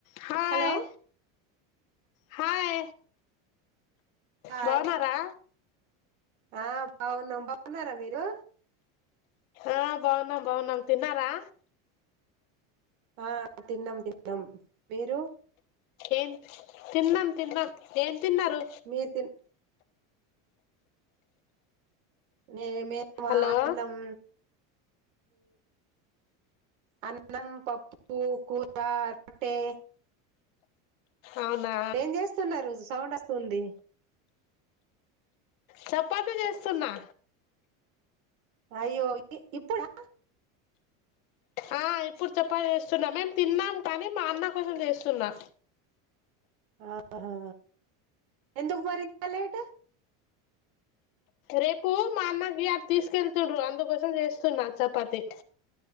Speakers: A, on the left; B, on the right.
A: హాయ్
B: Hello
A: hi
B: hi
A: బావున్నారా
B: ఆ బాగున్నాం బాగున్నారా మీరు
A: ఆ బావున్నాం బావున్నాం తిన్నారా
B: ఆ తిన్నాం తిన్నాం మీరు
A: ఏం తిన్నాం తిన్నాం ఏం తిన్నారు
B: మీరు తిన్ ఏ మే మా
A: హలో
B: అనం అన్నం పప్పుూ కూర రొట్టె
A: అవునా
B: ఏం చేస్తున్నారు సౌండ్ వస్తుంది
A: చపాతి చేస్తున్నా
B: అయ్యో ఇ ఇప్పుడా
A: ఆ ఇప్పుడు చెపాతి చేస్తున్నా మేము తిన్నాము కానీ మా అన్న కోసం చేస్తున్నా
B: ఆహా ఎందుకు మరి లేటు
A: రేపు మా అన్నకి అది తీసుకెళ్తుండ్రు అందుకోసం చేస్తున్నా చపాతి